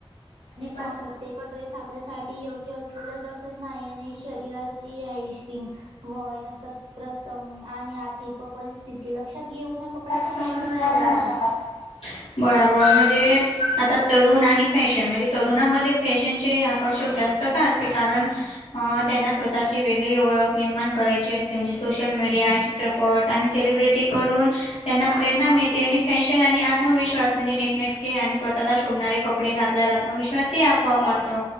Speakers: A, on the left; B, on the right.
A: आणि <unintelligible>
B: पण प्रत्येक ड्रेस आपल्यासाठी योग्य असलेलंच असेल नाही आणि शरीराची हायस्टिंग वय नंतर प्रसंग आणि आर्थिक व परिस्थिती लक्षात घेऊन कपड्याची
A: का
B: निवड राहायला हवी.
A: <inaudible> बराबर म्हणजे, आता तरुण आणि फॅशन, म्हणजे तरुणामध्ये फॅशनचे आकर्षक जास्त ते का असते कारण अं त्यांना स्वतःची वेगळी ओळख निर्माण करायची असते, म्हणजे सोशल मीडिया, चित्रपट, आणि सेलिब्रिटी क कडुन त्यांना प्रेरणा मिळते, आणि फॅशन आणि आत्मविश्वास म्हणजे नीटनेटके आणि स्वतःला शोभणारे कप कपडे घातल्यावर आत्मविश्वास आपोआप वाडतो,